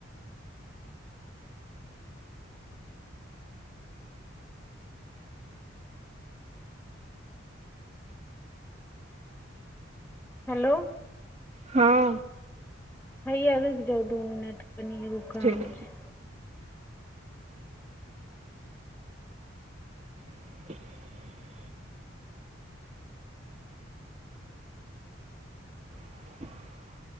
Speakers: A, in the centre; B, on the right.
A: हेलो
B: हँ
A: हैया रुइक जाउ दू मिनट कनी एगै काम
B: ठीक है।
A: छै
B: <inaudible> <inaudible>